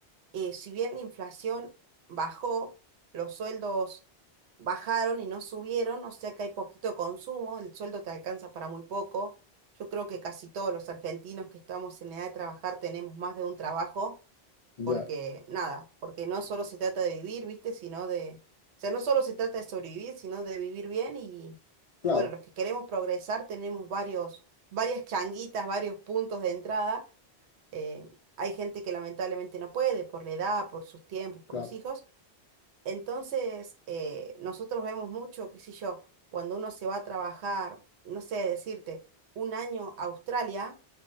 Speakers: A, on the right; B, on the left.
A: eh, si bien la inflación bajó, los sueldos bajaron y no subieron, o sea que hay poquito consumo, el sueldo te alcanza para muy poco. Yo creo que casi todos los argentinos que estamos en edad de trabajar tenemos más de un trabajo,
B: Ya,
A: porque nada, porque no solo se trata de vivir, ¿viste? Sino de, o sea, no solo se trata de sobrevivir, sino de vivir bien y,
B: claro,
A: y bueno, los que queremos progresar tenemos varios, varias changuitas, varios puntos de entrada eh, hay gente que lamentablemente no puede por la edad, por sus tiempos, por
B: claro,
A: los hijos. Entonces, eh, nosotros vemos mucho, qué sé yo, cuando uno se va a trabajar, no sé, decirte, un año a Australia,